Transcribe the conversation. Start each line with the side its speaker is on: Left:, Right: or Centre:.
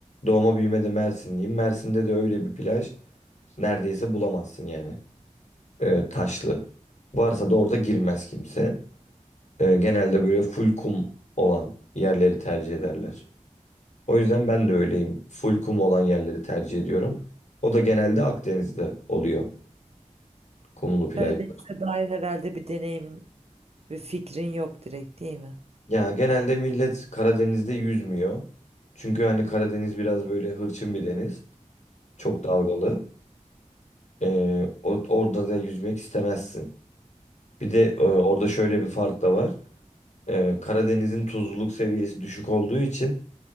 Left: doğma büyümede Mersinliyim. Mersin'de de öyle bir plaj neredeyse bulamazsın yani. Ee, taşlı. Varsa da orada girmez kimse. Ee, genelde böyle full kum olan yerleri tercih ederler. O yüzden ben de öyleyim. Full kum olan yerleri tercih ediyorum. O da genelde Akdeniz'de oluyor kumlu plajlar.
Right: Karadeniz'e dair herhalde bir deneyimin ve fikrin yok direkt değil mi?
Left: Ya genelde millet Karadeniz'de yüzmüyor. Çünkü hani Karadeniz biraz böyle hırçın bir deniz. Çok
Right: Hı
Left: dalgalı.
Right: hı.
Left: Ee, o- orada da yüzmek istemezsin. Bir de e,
Right: Hı.
Left: orada şöyle bir fark da var. Ee, Karadeniz'in tuzluluk seviyesi düşük olduğu için